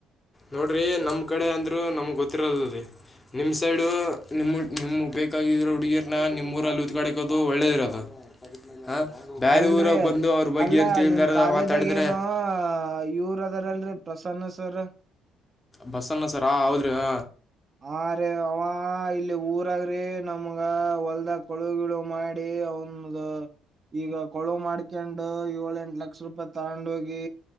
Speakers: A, on the left (about 20°); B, on the right (about 35°).
A: ನೋಡ್ರಿ ನಮ್ಮ ಕಡೆ ಅಂದ್ರು ನಮಗ ಗೊತ್ತಿರಲ್ಲರೀ. ನಿಮ್ಮ ಸೈಡು ನಿಮ್ಮ ನಿಮ್ಗ ಬೇಕಾಗಿರೋ ಹುಡುಗೀರನ್ನ ನಿಮ್ಮೂರಲ್ಲಿ ಉತ್ಕಾಡಿಕೋದು ಒಳ್ಳೇದರೀ ಅದ. ಹ ಬ್ಯಾರೆ
B: ಅಲ್ಲ್ರೀ
A: ಊರಾಗ ಬಂದು ಅವ್ರ ಬಗ್ಗೆ
B: ಅಲ್ಲ
A: ಏನ್ ತಿಳ್ದಾರದ
B: ನಿಮ್ಮ ಕಾಲೇಜಗೇನೋ
A: ಮಾತಾಡಿದ್ರೆ
B: ಏನೋ ಇವರ ಅದಾರಲ್ರೀ. ಪ್ರಸನ್ನ ಸರ್
A: ಬಸ್ಸನ್ನ ಸರ್ ಹೌದ್ರೀ ಹ
B: ಆರೀ ಆವ ಇಲ್ಲಿ ಊರಾಗ್ರೀ ನಮಗಾ ಹೊಲ್ದಗ ಕಳು ಗಿಳು ಮಾಡಿ ಅವನ್ ಅದ ಈಗ ಕೊಳು ಮಾಡ್ಕೊಂಡು ಏಳ್ ಎಂಟ ಲಕ್ಷ ರೂಪಾಯಿ ತಗೊಂಡ ಹೋಗಿ